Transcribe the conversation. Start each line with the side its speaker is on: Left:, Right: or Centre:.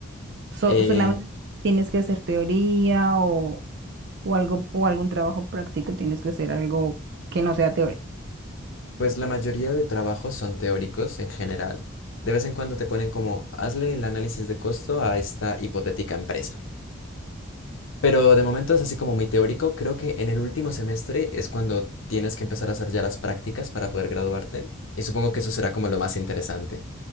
Right: so-
Left: eh,
Right: solamente tienes que hacer teoría o o algo, o algún trabajo práctico, tienes que hacer algo que no sea teórico.
Left: pues la mayoría de trabajos son teóricos en general. De vez en cuando te ponen como, hazle el análisis de costo a esta hipotética empresa. Pero de momento es así como muy teórico. Creo que en el último semestre es cuando tienes que empezar a hacer ya las prácticas para poder graduarte. Y supongo que eso será como lo más interesante.